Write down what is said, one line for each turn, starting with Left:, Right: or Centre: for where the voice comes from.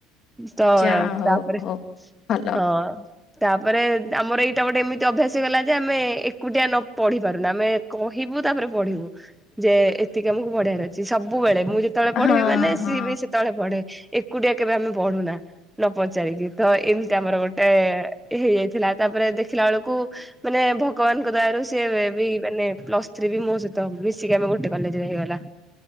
Centre: ତ
Left: ଯା ହଉ
Centre: ତାପରେ
Left: ହଉ ଭଲ
Centre: ହଁ ତାପରେ ଆମର ଏଇଟା ଗୋଟେ ଏମିତି ଅଭ୍ୟାସ ଗଲା ଯେ ଆମେ ଏକୁଟିଆ ନ ପଢି ପାରୁନ ଆମେ କହିବୁ, ତାପରେ ପଢିବୁ ଯେ ଏତିକି ଆମକୁ ପଢିବାର ଅଛି ସବୁବେଳେ। ମୁଁ ଯେତେବେଳେ ପଢ଼ିବି
Left: ହଁ
Centre: ମାନେ ସିଏ
Left: ହଁ
Centre: ବି ସେତେବେଳେ ପଢେ। ଏକୁଟିଆ କେବେ ଆମେ ବଢୁନା ନ ପଚାରିକି ତ ଏମିତି ଆମର ଗୋଟେ ହେଇଯାଇଥିଲା ତା ତାପରେ ଦେଖିଲା ବେଳକୁ ମାନେ ଭ ଭଗବାନଙ୍କ ଦୟାରୁ ସେ ମାନେ ପ୍ଲସ ଥ୍ରୀ ବି ମୋ ସହିତ ମିଶିକି ଆମ ଗୋଟେ କଲେଜରେ ହେଇଗଲା।